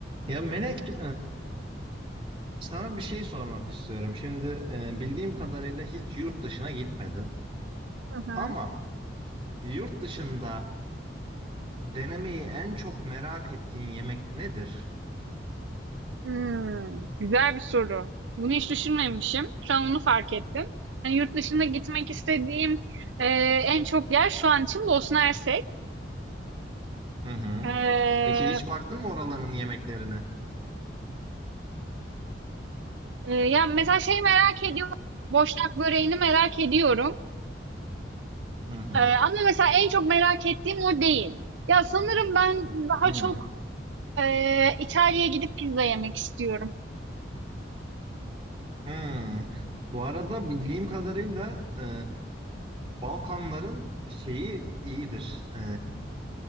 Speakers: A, on the right (about 30°); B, on the right (about 85°).
A: Ya Melek, e, sana bir şey sormak istiyorum. Şimdi e, bildiğim kadarıyla hiç yurt dışına gitmedin.
B: Hı hı.
A: Ama yurt dışında denemeyi en çok merak ettiğin yemek nedir?
B: Hımm. Güzel bir soru. Bunu hiç düşünmemişim. Şu an onu fark ettim. Hani, yurt dışında gitmek istediğim, eee, en çok yer şu an için Bosna Hersek.
A: Hı hı.
B: Eee,
A: Peki hiç baktın mı oraların yemeklerine?
B: eee, ya, mesela şey merak ediyorum, boşnak böreğini merak ediyorum,
A: Hı hı.
B: eee, ama mesela en çok merak ettiğim o değil. Ya, sanırım ben daha
A: Hı.
B: çok, eee, İtalya'ya gidip pizza yemek istiyorum.
A: Hı. Bu arada bildiğim kadarıyla e, Balkanların şeyi iyidir. E,